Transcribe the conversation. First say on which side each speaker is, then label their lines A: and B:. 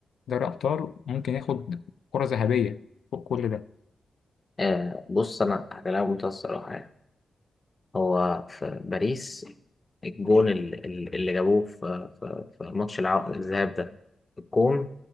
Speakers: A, on the left (about 80°); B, on the left (about 20°).
A: دوري ابطال ممكن ياخد كره ذهبيه فوق كل ده
B: آه بص انا هكلمك بمنتهى الصراحة يعني هو في باريس الجون ال- ال- اللي جابوه في في في ماتش الع- الذهاب ده الجون